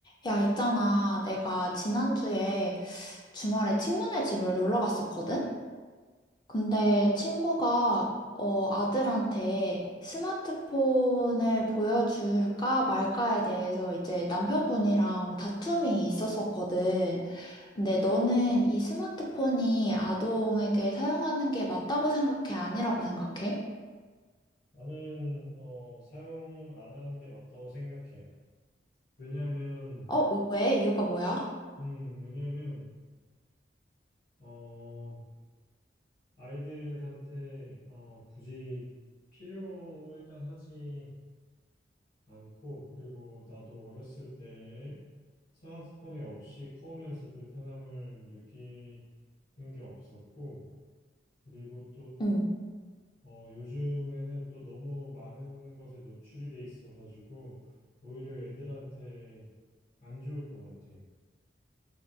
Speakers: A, on the left; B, on the left.
A: 야, 있잖아. 내가 지난주에 주말에 친구네 집을 놀러 갔었거든? 근데 친구가, 어, 아들한테 스마트폰을 보여줄까 말까에 대해서 이제 남편분이랑 다툼이 있었었거든. 근데 너는 이 스마트폰이 아동에게 사용하는 게 맞다고 생각해? 아니라고 생각해?
B: 나는 어, 사용 안 하는 게 맞다고 생각해. 왜냐하면,
A: 어, 왜? 이유가 뭐야?
B: 음, 왜냐하면 어, 아이들한테 어, 굳이 필요 일단 하지 않고, 그리고 나도 어렸을 때 스마트폰이 없이 커오면서 불편함을 느끼는 게 없었고, 그리고
A: 응.
B: 어, 요즘에는 또 너무 많은 것에 노출이 돼 있어가지고 오히려 애들한테 안 좋을 것 같아.